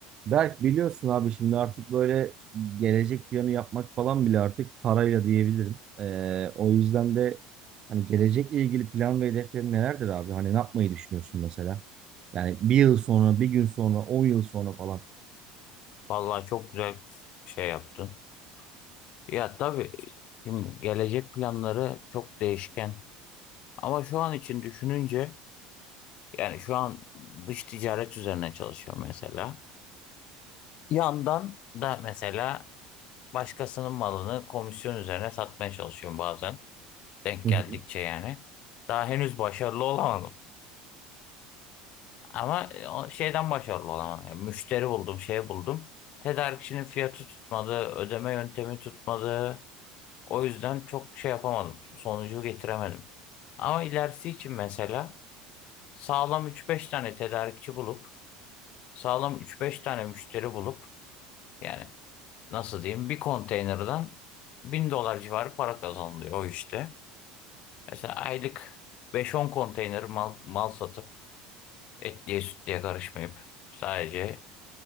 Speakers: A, on the right; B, on the left.
A: Berk biliyorsun abi şimdi artık böyle gelecek planı yapmak falan bile artık parayla diyebilirim. Ee, o yüzden de hani gelecekle ilgili plan ve hedeflerin nelerdir abi? Hani ne yapmayı düşünüyorsun mesela? Yani bir yıl sonra, bir gün sonra, on yıl sonra falan.
B: Vallahi çok güzel şey yaptın. Ya tabii şimdi gelecek planları çok değişken. Ama şu an için düşününce yani şu an dış ticaret üzerine çalışıyorum mesela. Yandan da mesela başkasının malını komisyon üzerine satmaya çalışıyorum bazen. Denk
A: Hı
B: geldikçe
A: hı.
B: yani. Daha henüz başarılı olamadım. Ama e, o şeyden başarılı olamadım. Yani müşteri buldum, şey buldum. Tedarikçinin fiyatı tutmadı, ödeme yöntemi tutmadı. O yüzden çok şey yapamadım. Sonucu getiremedim. Ama ilerisi için mesela sağlam üç beş tane tedarikçi bulup sağlam üç beş tane müşteri bulup yani nasıl diyeyim bir konteynerden 1000 dolar civarı para kazanılıyor o işte. Mesela aylık beş on konteyner mal, mal satıp etliye sütlüye karışmayıp sadece